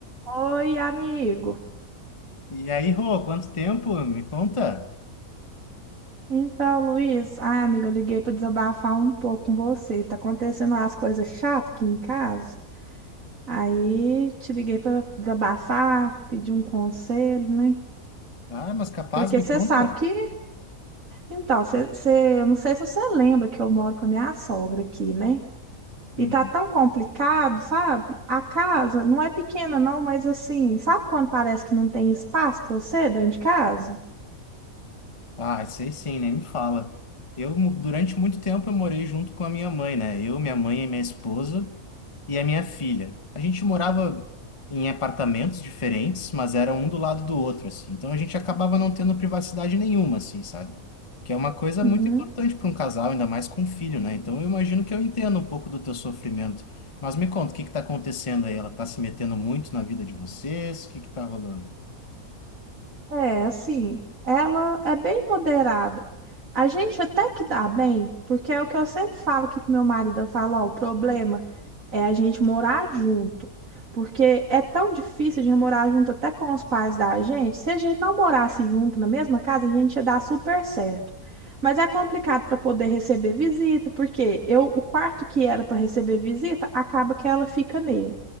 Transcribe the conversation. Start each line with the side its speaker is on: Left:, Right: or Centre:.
Right: Oi, amigo.
Left: E aí, Rô, quanto tempo? Me conta.
Right: Então, Luiz, ai, amigo, eu liguei para desabafar um pouco com você. Tá acontecendo umas coisas chatas aqui em casa. Aí te liguei para desabafar, pedir um conselho, né?
Left: Ah, mas capaz,
Right: Porque
Left: me
Right: você
Left: conta.
Right: sabe que, então, você, você- eu não sei se você lembra que eu moro com a minha sogra aqui, né? E
Left: Uhum.
Right: tá tão complicado, sabe? A casa não é pequena, não, mas assim, sabe quando parece que não tem espaço para você dentro de casa?
Left: Ah, sei sim, nem me fala. Eu, mu- durante muito tempo, eu morei junto com a minha mãe, né? Eu, minha mãe e minha esposa. e a minha filha. A gente morava em apartamentos diferentes, mas era um do lado do outro, assim. Então a gente acabava não tendo privacidade nenhuma, assim, sabe? Que é uma coisa
Right: Uhum.
Left: muito importante para um casal, ainda mais com um filho, né? Então eu imagino que eu entendo um pouco do teu sofrimento. Mas me conta, o que que tá acontecendo aí? Ela tá se metendo muito na vida de vocês? O que que tá rolando?
Right: É, assim, ela é bem moderada. A gente até que dá bem, porque é o que eu sempre falo aqui com meu marido, eu falo, ó, o problema é a gente morar junto, porque é tão difícil de morar junto até com os pais da gente. Se a gente não morasse junto na mesma casa, a gente ia dar super certo. Mas é complicado para poder receber visita, porque eu, o quarto que era para receber visita, acaba que ela fica nele.